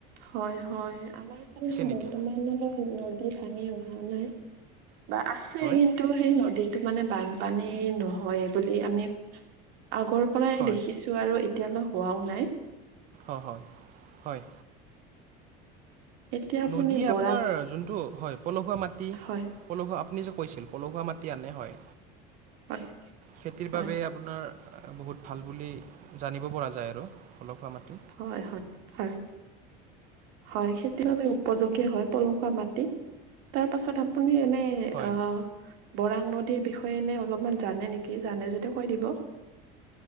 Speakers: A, on the right; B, on the right.
A: হয় হয় আমাৰ ফালে
B: নেকি
A: বৰ্তমানলৈ নদী ভাঙিব হোৱা নাই বা আছে
B: হয়
A: কিন্তু সেই নদীতো মানে বানপানী নহয় বুলি আমি আগৰ পৰাই
B: হয়
A: দেখিছোঁ আৰু এতিয়ালৈ হোৱাও নাই
B: অ হয় হয়
A: এতিয়া আপুনি
B: নদীয়ে
A: বৰাক
B: আপোনাৰ যোনটো হয় পলসুৱা মাটি
A: হয়
B: পলসুৱা আপুনি কৈছিল পলসুৱা মাটি আনে হয়
A: হয়
B: খেতিৰ
A: হয়
B: বাবে আপোনাৰ বহুত ভাল বুলি জানিব পৰা যায় আৰু পলসুৱা মাটি
A: হয় হয় হয় হয় খেতিৰ বাবে উপযোগী হয় পলসুৱা মাটি তাৰপাছত আপুনি এনেই
B: হয়
A: আহ বৰাক নদীৰ বিষয়ে এনে অলপমান জানে নেকি জানে যদি কৈ দিব